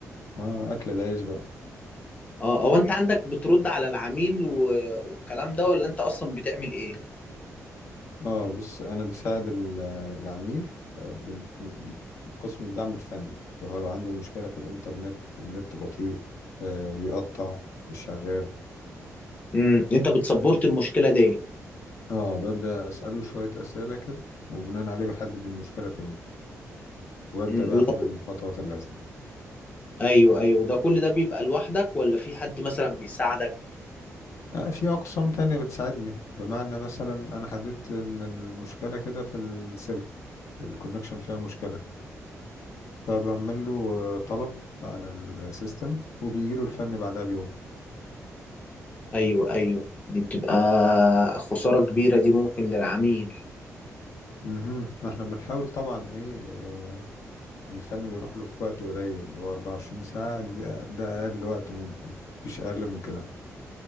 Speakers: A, on the left; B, on the left.
A: اه اكل العيش بقى
B: اه هو انت عندك بترد على العميل و- والكلام ده ولا انت اصلا بتعمل ايه؟
A: اه بص انا بساعد ال- العميل آه، ب- بقسم الدعم الفني اللي هو لو عنده مشكلة في الانترنت النت بطيء آه بيقطع مش شغال
B: امم انت بتسبورت المشكله دي
A: اه ببدأ اسأله شوية اسئلة كده وبناء عليه بحدد المشكلة فين وابدأ
B: امم
A: بقى
B: وده
A: اخد الخطوات اللازمة
B: ايوه ايوه ده كل ده بيبقى لوحدك ولا في حد مثلا بيساعدك
A: آه، في أقسام تانية بتساعدني بمعنى مثلا أنا حددت إن المشكلة كده في السلك الكونكشن فيها مشكلة فبعمل له آه، طلب على السيستم وبيجي له الفني بعدها بيوم
B: ايوه ايوه دي بتبقى خساره كبيره دي ممكن للعميل
A: مهم. ما احنا بنحاول طبعا ايه آه، الفن بيروح له في وقت قليل اللي هو 24 ساعة دي ده أقل وقت ممكن مفيش أقل من كده